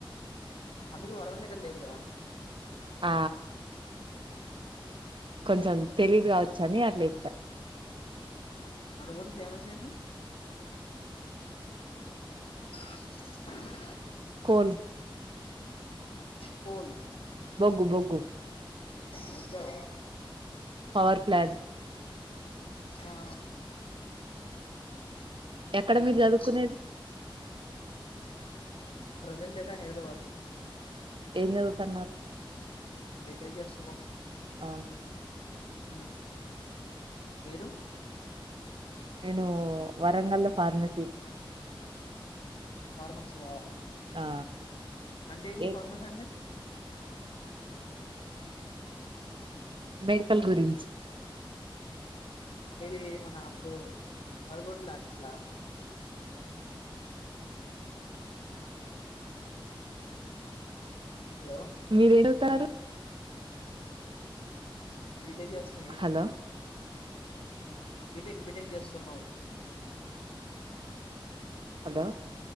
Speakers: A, on the left (about 80°); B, on the right (about 65°).
A: మనుగు వరంగల్ దగ్గర లేదుగా
B: ఆ కొంచెం తెలివిగా వచ్చని అట్లా చెప్ప
A: మనుగూరు లో ఫేమస్ ఏంది <unintelligible>
B: కోల్
A: పోన్
B: బొగ్గు బొగ్గు
A: వచ్చారా
B: పవర్ ప్లాంట్
A: ఆ
B: ఎక్కడ మీరు
A: ఉమ్
B: చదువుకునేది
A: ప్రెసెంట్ ఐతే హైదరాబాద్ లో
B: ఏం చదువుతన్నారు
A: బిటెక్ చేస్తున్నాం
B: అవునా
A: ఉమ్ మీరు
B: నేను వరంగల్ లో ఫార్మసీ
A: ఫార్మసి యా
B: ఆ
A: అంటే ఏంది
B: ఏ
A: ఫార్మసీ అంటే
B: మెడికల్ గురించి
A: ఇది మన అప్పుడు బరిగోడ్ ల డాక్టర్సలా హలో
B: మీరే ఎడా వస్తానారు
A: బీటెక్ చేస్తున్నాం
B: హలో
A: బీటెక్ బీటెక్ చేస్తున్నాం
B: హలో